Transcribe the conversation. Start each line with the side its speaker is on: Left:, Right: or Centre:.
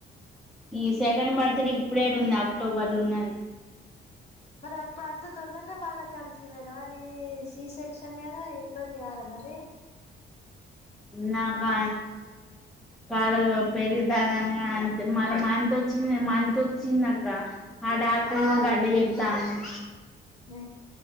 Centre: ఈ సెకండ్ బర్త్ ఇప్పుడేడ ఉంది అక్టోబర్ లో ఉన్నది
Left: మరి అప్పుడు అంత తొందరనే మళ్ళ కన్సీవ్ అయినవా నీది సి సెక్షన్ కదా ఇబ్బంది కాదా మరి
Centre: నాకా కాడ పెరుగు అంతే మళ్ళీ మంత్ వచ్చింది మంత్ వచ్చింది అక్క ఆ డాక్టరేమో గట్ల చెప్తాండు
Left: ఇ